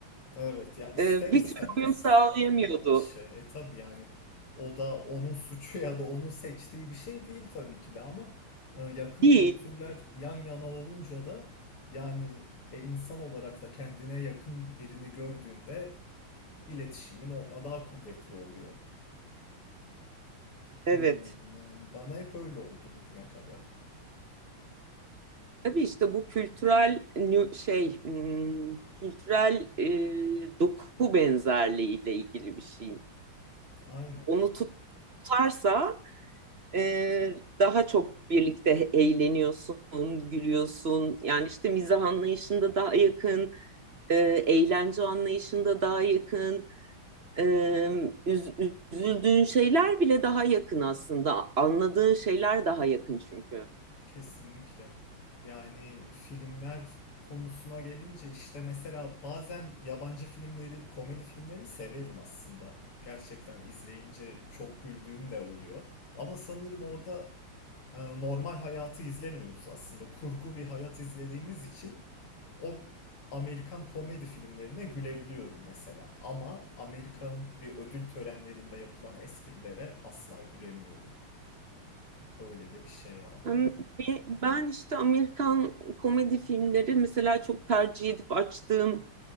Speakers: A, on the left; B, on the right.
A: Evet ya ister
B: e, bir
A: istemez
B: türlü uyum sağlayamıyordu
A: olan bir şey. E tabii yani o da onun suçu ya da onun seçtiği bir şey değil tabii ki de ama e, yakın
B: Değil.
A: kültürler yan yana olunca da yani e, insan olarak da kendine yakın birini gördüğünde iletişimin onunla daha kuvvetli oluyor.
B: Evet.
A: Bilmiyorum yani bana hep öyle oldu bugüne kadar.
B: Tabii işte bu kültürel nü- şey, hmm, kültürel e, doku benzerliğiyle ilgili bir şey.
A: Aynen.
B: Onu tutarsa e, daha çok birlikte eğleniyorsun, gülüyorsun. Yani işte mizah anlayışında daha yakın, e, eğlence anlayışında daha yakın. E, üz- üzüldüğün şeyler bile daha yakın aslında. Anladığın şeyler daha yakın çünkü.
A: Kesinlikle. Yani filmler konusuna gelince işte mesela bazen yabancı filmleri, komedi filmlerini severim aslında. Gerçekten izleyince çok güldüğüm de oluyor. Ama sanırım orada e, normal hayatı izlemiyoruz aslında. Kurgu bir hayat izlediğimiz için o Amerikan komedi filmlerine gülebiliyorum mesela. Ama Amerikan bir ödül törenlerinde yapılan esprilere asla gülemiyorum. Böyle de bir şey var yani.
B: Em, be- Ben işte Amerikan komedi filmleri mesela çok tercih edip açtığım